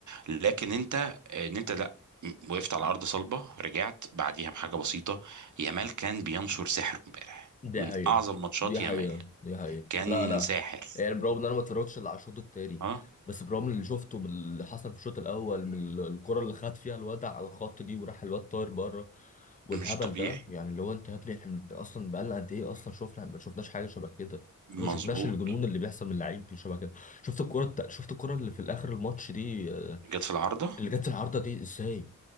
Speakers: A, on the right (about 65°); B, on the left (about 25°).
A: لكن انت آه، ان انت لا م- وقفت على أرض صلبة رجعت بعديها بحاجة بسيطة يامال كان بينشر سحره امبارح
B: دي
A: من
B: حقيقة
A: أعظم ماتشات
B: دي حقيقة
A: يامال
B: دي حقيقة
A: كان
B: لا لا
A: ساحر
B: يعني برغم ان انا ما اتفرجتش الا على الشوط التاني
A: اه
B: بس برغم اللي شفته باللي حصل في الشوط الاول من ال- الكرة اللي خد فيها الواد على الخط دي وراح الواد طاير بره والهبل
A: مش طبيعي
B: ده يعني اللي هو انت يا ابني احنا اصلا بقالنا قد ايه اصلا شفنا ما شفناش حاجة شبه كده
A: مظبوط
B: وما شفناش الجنون اللي بيحصل من اللعيب شبه كده شفت الكرة الت... شفت الكرة اللي في الاخر الماتش دي آه،
A: جت في العارضة
B: اللي جت في العارضة دي ازاي